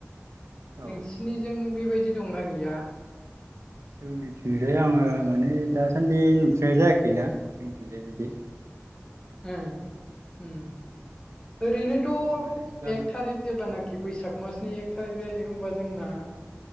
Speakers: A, on the right; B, on the left.
A: औ
B: नोंसिनिजों बेबायदि दंना गैया
A: जोंनिथिंजाय आङो माने माने दासान्दि नुफनाय जायाखैनाा जोंनिथिंजाय बिदि
B: ओ ओम ओरैनोथ'
A: औ माने गामि
B: एक थारिख जेब्लानाखि खि बैसाग मासनि एक थारिख जायो होमबा जोंना